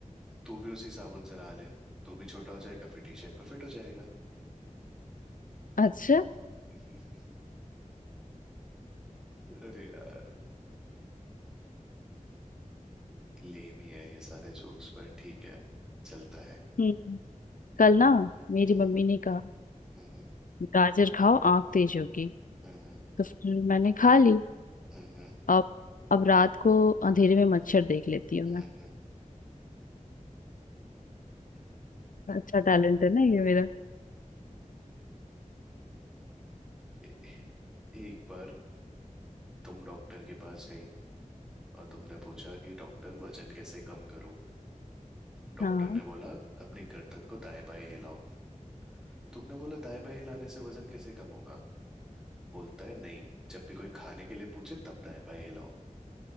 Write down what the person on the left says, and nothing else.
अच्छा
हम्म कल ना मेरी
मम्मी ने कहा
गाजर खाओ आंख तेज होगी
तो फिर मैंने खा ली
अब अब रात को अंधेरे में मच्छर देख लेती हूँ
मैं
अच्छा टैलेंट है ना ये मेरा
हाँ